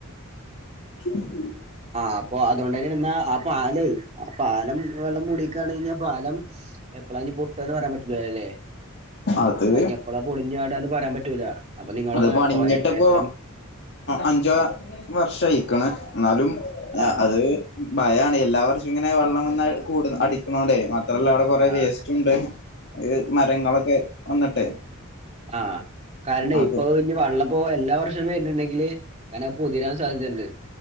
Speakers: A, on the left (about 50°); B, on the right (about 30°).
A: <unintelligible>
B: ആ അപ്പൊ അതുകൊണ്ട തന്നെ ഇാ ആ പാലേ ആ പാലം വെള്ളം മൂടി കഴിഞ്ഞാ പാലം എപ്പളാനി പൊട്ടൂന്ന് പറയാൻ പറ്റില്ലല്ലേ
A: അത്
B: അതി എപ്പളാ പൊളിഞ്ഞാടന്ന് പറയാൻ പറ്റൂല അപ്പൊ നിങ്ങള്
A: അത്പ്പോ അണിഞ്ഞിട്ടിപ്പോ
B: എട്ടേത്തരം
A: അഞ്ചോ വർഷ ആയിക്കണ് ന്നാലും
B: ആഹ്
A: അത് ഭയമാണ് എല്ലാവർഷ ഇങ്ങനെ വെള്ളം വന്ന് കൂടി അടിക്കണോണ്ടേ <unintelligible> അവിടെ കൊറെ
B: ആഹ്
A: വേസ്റ്റ് ഉണ്ട് മരങ്ങളൊക്കെ വന്നിട്ടെ
B: ആ കാരണം
A: അതും
B: ഇപ്പൊ ഇനി വെള്ളപ്പോ എല്ലാ വർഷവും വരുന്നുണ്ടെങ്കില് കനെ പൊതിരാൻ സാധ്യതയുണ്ട്